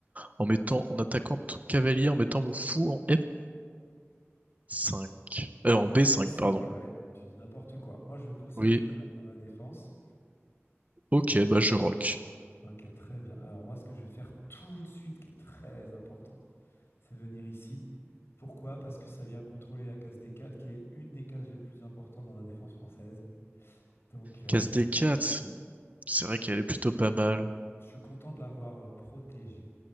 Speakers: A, on the right (about 30°); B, on the left (about 55°).
A: en mettant, en attaquant tout cavalier, en mettant mon fou en F5. Euh, en
B: En
A: B5,
B: B5,
A: pardon.
B: ouais. Tu dis n'importe quoi. Moi, je vais consolider
A: Oui,
B: ma, ma défense.
A: ok, bah je rock.
B: Ok, très bien. Alors moi, ce que je vais faire tout de suite, qui est très important, c'est venir ici. Pourquoi? Parce que ça vient contrôler la case des 4 qui est une des cases les plus importantes dans la défense française. Donc, euh,
A: Casse des 4, c'est vrai qu'elle est plutôt pas mal.
B: je suis content de l'avoir euh, protégée.